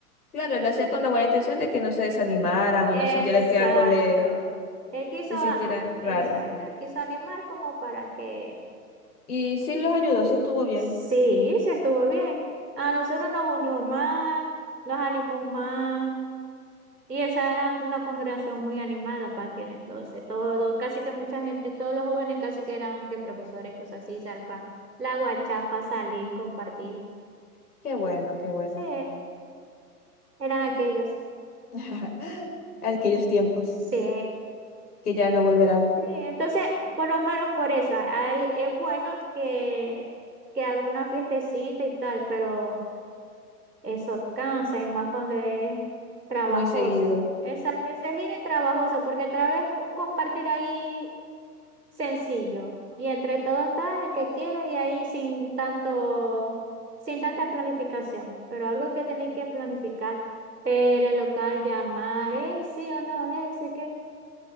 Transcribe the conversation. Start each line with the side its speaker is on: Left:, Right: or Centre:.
Left: claro,
Right: Entonces.
Left: lo hacía con la buena intención de que no se desanimaran
Right: Exacto.
Left: o no sintieran que algo le
Right: Él quiso,
Left: se
Right: a-
Left: sintiera raro.
Right: exacto, él quiso animar como para que
Left: Y sí los ayudó, sí estuvo bien.
Right: sí, se estuvo bien. A nosotros nos unió más, nos animó más. Y esa era una congregación muy animada para aquel entonces. Todo, casi que mucha gente, todos los jóvenes casi que eran que precursores, cosas así, salpa, la guachafa, salir, compartir.
Left: Qué bueno, qué bueno.
Right: Sí, eran aquellos.
Left: <laughs> Aquellos tiempos
Right: Sí.
Left: que ya no volverán
Right: Sí, entonces, por lo menos por eso, hay- es bueno que, que haga una fiestecita y tal, pero eso cansa y más cuando es trabajoso.
Left: muy seguido.
Right: Exacto, ese giro es trabajoso, porque otra vez un compartir ahí sencillo y entre todos está el que quiera y ahí sin tanto, sin tanta planificación, pero algo que tenéis que planificar, pero el local, llamar, eh, sí o no, ese que,